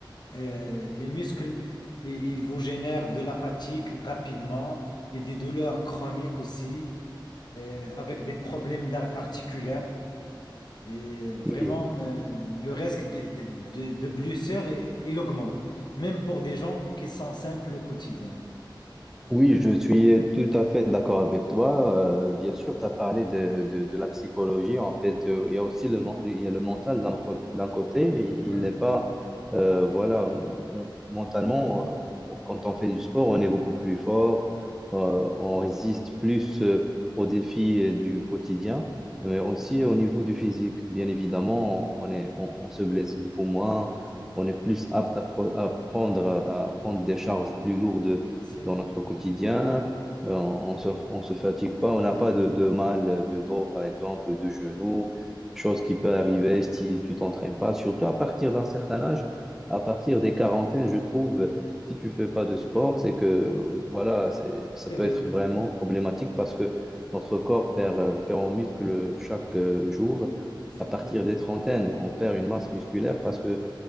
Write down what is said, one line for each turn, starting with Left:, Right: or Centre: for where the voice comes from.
Left: euh, les muscles, i- ils vous génèrent de la fatigue rapidement et des douleurs chroniques aussi, euh, avec des problèmes d'ar- articulaires. Et vraiment,
Centre: Oui.
Left: euh, le risque de, de, de, de blessures, il il augmente, même pour des gens qui sont simples au quotidien.
Centre: Oui, je suis tout à fait d'accord avec toi. Euh, bien sûr, tu as parlé de, de, de la psychologie. En fait, euh, il y a aussi le, men- il y a le mental d'un co- d'un côté. Il
Left: Hein?
Centre: n'est pas, euh, voilà, on- mentalement, euh, quand on fait du sport, on est beaucoup plus fort. euh, on résiste plus euh, aux défis euh, du quotidien, mais aussi
Left: Ouais.
Centre: au niveau du physique. Bien évidemment, on est, on, on se blesse beaucoup moins. On est plus apte à, pro- à prendre, à prendre des charges plus lourdes
Left: Ah, c'est
Centre: dans
Left: vrai.
Centre: notre quotidien. Euh, On se, on se fatigue pas, on n'a pas de, de mal de dos, par exemple, de genoux, chose qui peut arriver si tu t'entraînes pas, surtout à partir d'un certain âge, à partir des quarantaines, je trouve, si tu fais pas de sport, c'est que, voilà, c'est, ça
Left: C'est
Centre: peut
Left: vrai,
Centre: être vraiment problématique parce que notre corps perd, euh, perd en muscle chaque euh, jour.
Left: c'est
Centre: À partir
Left: vrai.
Centre: des trentaines, on perd
Left: C'est
Centre: une masse musculaire parce que